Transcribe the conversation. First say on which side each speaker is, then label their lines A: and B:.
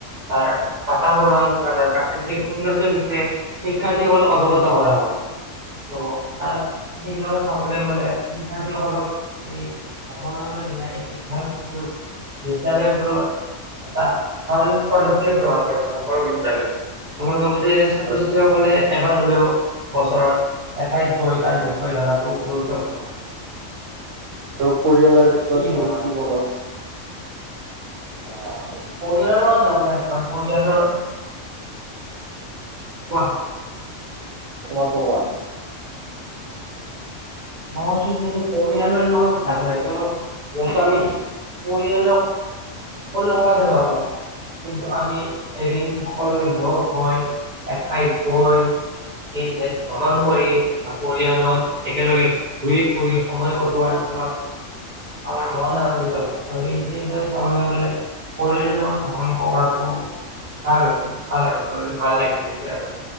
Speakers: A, on the right; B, on the right.
A: তাৰ বাতাবৰণ, বা তাৰ প্ৰাকৃতিক সৌন্দৰ্যৰ বিষয়ে শিক্ষাৰ্থীসকলক অৱগত কৰা হয়, ত' তাত সিচাপত খাবলৈ গলে, শিক্ষাৰ্থীসকলক সমনলৈ নায় এই সিদ্ধান্ত বিদ্যালয়বোৰৰ এটা ভাল পদক্ষেপ গ্ৰহণ কৰিছে, সকলো বিদ্য়ালয়, <unintelligible> ভ যে ছাত্ৰ
B: হয়।
A: ছাত্ৰীসকলে এবাৰ হলেও, বছৰত এঠাইত গৈ তাৰ বিষয়ে জাতো গুৰুত্বপূৰ্ণ।
B: আৰু পৰিয়ালৰ ক্ষেত্ৰত তুমি
A: ভাবা এই
B: কি
A: বিষয়ত?
B: ক'বা? অঁ।
A: ক়িয় য ক়িয় <unintelligible> কোৱা!
B: কম কমা <unintelligible>
A: নহছ যে <unintelligible> পৰিয়ানৰ ন তাক নাই ক ন <unintelligible> যিহেতু আমি পৰিয়ালক, সকলো সময়হে যওঁ কিন্ত আমি এদিন সকলোৱে লগ হৈ, এঠাইত গৈ, এইঠাইত ভ্ৰমণ কৰি, বা পৰিয়ালৰ লগত একেলগে ঘূৰি ফুৰি, সময় কটোৱাৰ ফলত, আমাৰ মন আনন্দিত হয়, গ চাবলৈ গলে শৰীৰৰ লগত ভহন কৰাটো ভাল ভাল ভাল লাগে সেইটোৱে আৰু,